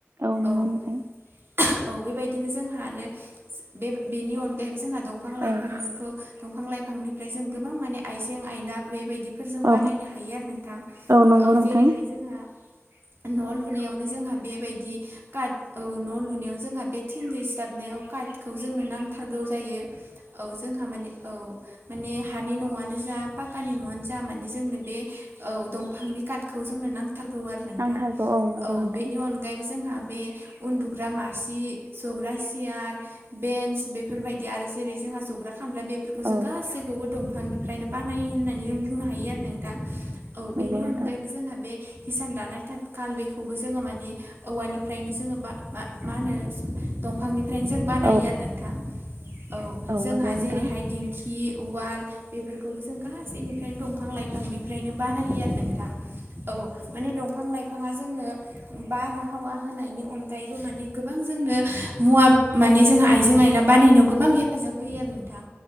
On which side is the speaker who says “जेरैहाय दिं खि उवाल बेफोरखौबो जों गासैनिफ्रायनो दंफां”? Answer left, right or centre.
Right